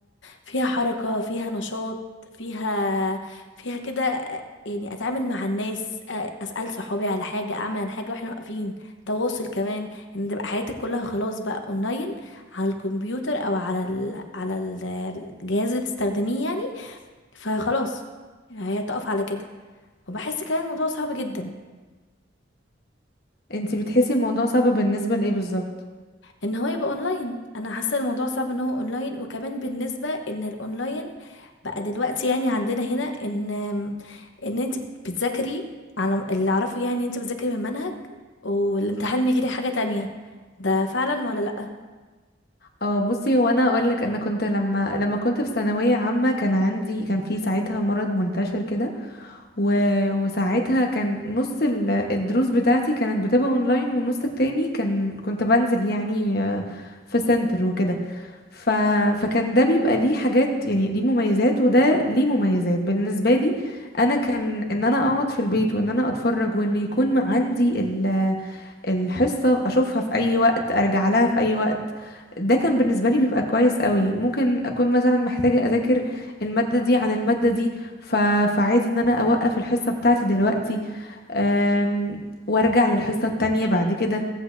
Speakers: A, on the left; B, on the left.
A: فيها حركه فيها نشاط فيها فيها كده آه، يعني اتعامل مع الناس آه، اسال صحابي على حاجه اعمل عن حاجه واحنا واقفين تواصل كمان ان تبقى حياتك كلها خلاص بقى اونلاين على الكمبيوتر او على ال... على ال- الجهاز اللي بتستخدميه يعني. فخلاص هي تقف على كده وبحس كمان الموضوع صعب جدا
B: انتي بتحسي الموضوع صعب بالنسبه لايه بالظبط
A: ان هو يبقى اونلاين انا حاسه الموضوع صعب ان هو اونلاين وكمان بالنسبه ان الاونلاين بقى دلوقتي يعني عندنا هنا ان ان انت بتذاكري على اللي اعرفه يعني انت بتذاكري من منهج والامتحان بيجيلك حاجه تانية ده فعلا ولا لا
B: اه بصي هو انا اقول لك انا كنت لما لما كنت في ثانويه عامه كان عندي كان في ساعتها مرض منتشر كده و... وساعتها كان نص ال... الدروس بتاعتي كانت بتبقى اونلاين والنص التاني كان كنت بنزل يعني آه، في سنتر وكده ف... فكان ده بيبقى ليه حاجات يعني ليه مميزات وده ليه مميزات بالنسبة لي انا كان ان انا اقعد في البيت وان انا اتفرج وان يكون مع عندي ال- الحصة اشوفها في اي وقت ارجع لها في اي وقت ده كان بالنسبة لي بيبقى كويس قوي ممكن اكون مثلا محتاجة اذاكر المادة دي عن المادة دي ف... فعادي ان انا اوقف الحصة بتاعتي دلوقتي أم... وارجع للحصة التانية بعد كده